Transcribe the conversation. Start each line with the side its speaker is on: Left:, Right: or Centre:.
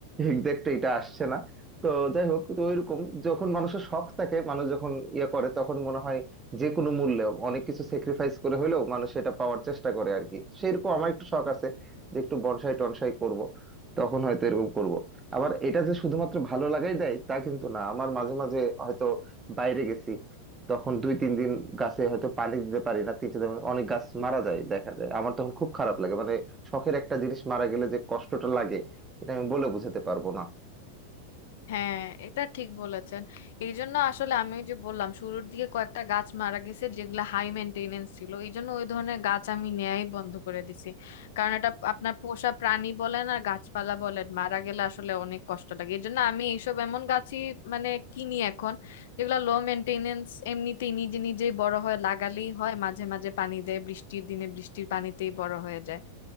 Right: এক্সাক্ট এটা আসছে না তো যাই হোক তো ওইরকম যখন মানুষের শখ থাকে মানুষ যখন ইয়ে করে তখন মনে হয় যে কোনো মূল্যে অনেক কিছু স্যাক্রিফাইস করে হলেও মানুষ এটা পাওয়ার চেষ্টা করে আর কি সেইরকম আমার একটু শখ আছে যে একটু বনসাই টনসাই করব তখন হয়তো এরকম করব আবার এটা যে শুধুমাত্র ভালো লাগাই দেয় তা কিন্তু না আমার মাঝে মাঝে হয়তো বাইরে গেছি তখন দুই তিন দিন গাছে হয়তো পানি দিতে পারি না তিন চার দিন অনেক গাছ মারা যায় দেখা যায় আমার তখন খুব খারাপ লাগে মানে শখের একটা জিনিস মারা গেলে যে কষ্টটা লাগে এটা আমি বলে বোঝাতে পারবো না
Left: হ্যাঁ এটা ঠিক বলেছেন এই জন্য আসলে আমি ওই যে বললাম শুরুর দিকে কয়েকটা গাছ মারা গেছে যেগুলো হাই মেনটেনেন্স ছিল এই জন্য ওই ধরনের গাছ আমি নেয়াই বন্ধ করে দিছি কারণ এটা আপনার পোষা প্রাণী বলেন আর গাছপালা বলেন মারা গেলে আসলে অনেক কষ্ট লাগে এই জন্য আমি এইসব এমন গাছই মানে কিনি এখন যেগুলো লো মেনটেনেন্স এমনিতেই নিজে নিজেই বড় হয় লাগালেই হয় মাঝে মাঝে পানি দেয় বৃষ্টির দিনে বৃষ্টির পানিতেই বড় হয়ে যায়